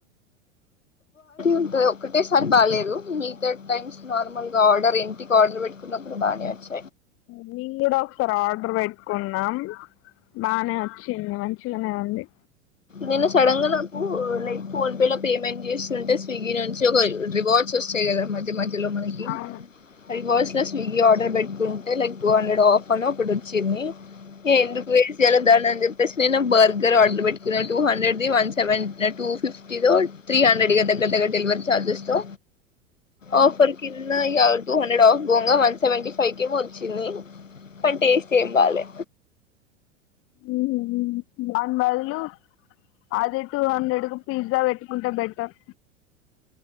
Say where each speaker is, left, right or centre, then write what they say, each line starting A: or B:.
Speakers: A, on the left; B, on the left.
A: ఉంటది ఒకటే సారి బాలేదు మీతా టైమ్స్ నార్మల్ గా ఆర్డర్ ఇంటికి ఆర్డర్ పెట్టుకున్నప్పుడు బాగానేవచ్చి
B: నీన్ కూడ ఒకసార్ ఆర్డర్ పెట్ కున్నాం బానే వచ్చింది మంచిగానే ఉంది
A: నేను సడన్ గా నాకు లైక్ ఫోన్ పే లో పేమెంట్ చేస్తుంటే స్విగ్గీ నుంచి ఒక రివార్డ్స్ వస్తాయి కదా మధ్య మ ద్యలో మనకి
B: అవును
A: రివర్స్లో స్విగ్గీ ఆర్డర్ పెట్టుకుంటే లైక్ టూ హండ్రెడ్ ఆఫ్ అనొకటొచ్చింది ఏ ఎందుకు వేసియ్యాల దాన్ అన్ చె తెస్ నే న బర్గర్ ఆర్డర్ పెట్ కున టూ హండ్రెడ్ ది వన్ సెవెన్ టూ ఫిఫ్టీ తో త్రీ హండ్రెడ్ ఇగ దగ్గ దగ్గర డెలివరీ ఛార్జెస్ తో ఆఫర్ కింద ఇహ టూ హండ్రెడ్ ఆఫ్ పోంగా వన్ సెవెంటీ ఫైవ్ కేమో వచ్చింది కాని టేస్ట్ ఏం బాలే
B: ఉహూ హుమ్ దాన్ బదులు అదే టూ హండ్రెడ్ కు పిజ్జా పెట్టుకుంటే బెటర్